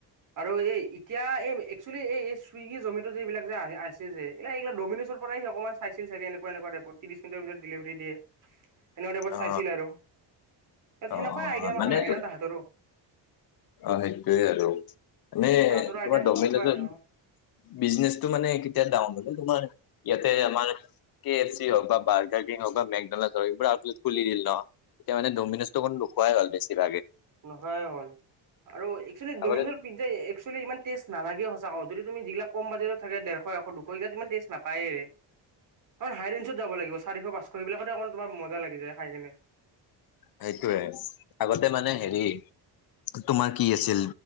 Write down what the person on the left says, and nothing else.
অ
অ অ
মান
তো
অ সেইটোৱে আৰু নে
তোমাৰ
ডমিনোজৰ
বিজনেচটো মানে কেতিয়া ডাউন হলে তোমাৰ ইয়াতে আমাৰ কে এফ চি হও বা বাৰ্ কিং হক বা মেকডনাল্ড হক এইবোৰ আউ খুলি দিল ন। ডমিনোজটো অকন নোখোৱাই হল বেছি ভাগ।
আগতে
সেইটোৱে আগতে মানে
হেৰি তোমাৰ কি আছিল।